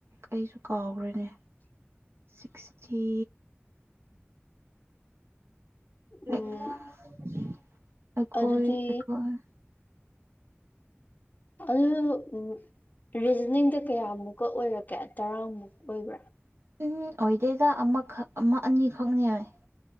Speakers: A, on the right; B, on the left.
A: ꯑꯩꯁꯨ ꯀꯥꯎꯒ꯭ꯔꯦꯅꯦ
B: <inaudible>
A: ꯁꯤꯛꯁꯇꯤ ꯂꯥꯏꯛ
B: ꯎꯝ
A: ꯑꯩꯈꯣꯏ
B: ꯑꯗꯨꯗꯤ
A: ꯑꯩꯈꯣꯏ
B: ꯑꯗꯨ ꯎꯝ ꯔꯤꯖꯅꯤꯡꯗ ꯀꯌꯥꯃꯨꯛꯀ ꯑꯣꯏꯔꯛꯀꯦ ꯇꯔꯥꯃꯨꯛ ꯑꯣꯏꯕ꯭ꯔꯥ
A: ꯎꯝ ꯑꯣꯏꯗꯦꯗ ꯑꯃꯈꯛ ꯑꯃ ꯑꯅꯤꯈꯛꯅ ꯌꯥꯏ